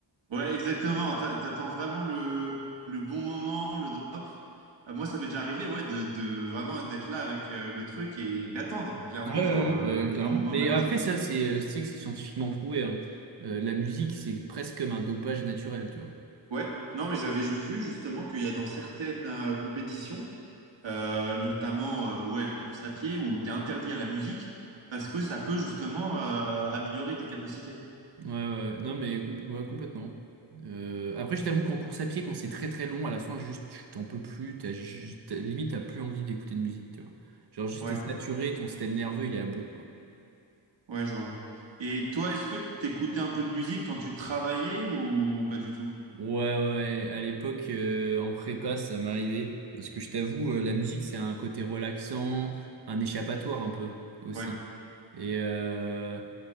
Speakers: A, on the right (about 70°); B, on the right (about 55°).
A: Ouais, exactement. T'a- T'attends vraiment le le bon moment, le drop. Euh, moi, ça m'est déjà arrivé, ouais, de, de vraiment d'être là avec euh, le truc et d'attendre clairement
B: Ouais, ouais,
A: genre le
B: ouais,
A: le
B: bah, clairement.
A: bon moment
B: Mais
A: de la musique.
B: après, ça, c'est, euh, tu sais que c'est scientifiquement prouvé. hein. Euh, la musique, c'est presque comme un dopage naturel, tu vois.
A: Ouais, non, mais j'avais ju- vu justement qu'il y a dans certaines euh, compétitions euh, notamment euh, ouais, course à pied, où tu es interdit à la musique, parce que ça peut justement euh, améliorer tes capacités.
B: Ouais, ouais. ouais. Non, mais compl- ouais, complètement. Euh, après, je t'avoue qu'en course à pied, quand c'est très très long, à la fin, juste, tu t'en peux plus. T'as, juste- t'as- limite, t'as plus envie d'écouter de musique, tu vois. Genre, juste,
A: Ouais,
B: t'es saturé, ton système nerveux, il est à bout, quoi.
A: ouais, je vois. Et toi, est-ce que t'écoutais un peu de musique quand tu travaillais ou pas du tout?
B: Ouais, ouais, à l'époque, euh, en prépa, ça m'arrivait. Parce que je t'avoue, euh, la musique, c'est un côté relaxant, un échappatoire un peu aussi.
A: Ouais.
B: Et, euh,